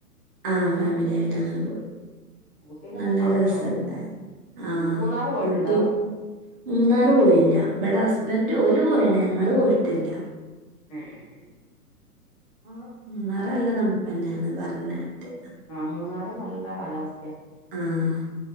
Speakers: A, on the right; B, on the left.
A: ആ ഫാമിലി ആയിട്ട് അങ്ങനെ പോയി
B: ഊട്ടിയിലൊക്കെ
A: നല്ല
B: തണുപ്പാ
A: രസുണ്ടാര്ന്ന്
B: ഭയങ്കര
A: ആഹ്
B: മൂന്നാറ് പോയിട്ടുണ്ടോ
A: ഊട്ടി
B: അതോ
A: മൂന്നാറ് പോയില്ല ഇവിടെ ഹസ്ബൻറ് ഓലി പോയാണ് ഞങ്ങള് പോയിട്ടില്ല.
B: ഏഹ്
A: ആ മൂന്നാറ നല്ല തണുപ്പന്നെയാണ് പറഞ്ഞട്ട്
B: ആഹ് മൂന്നാറ് നല്ല കാലാവസ്ഥയ
A: ആഹ്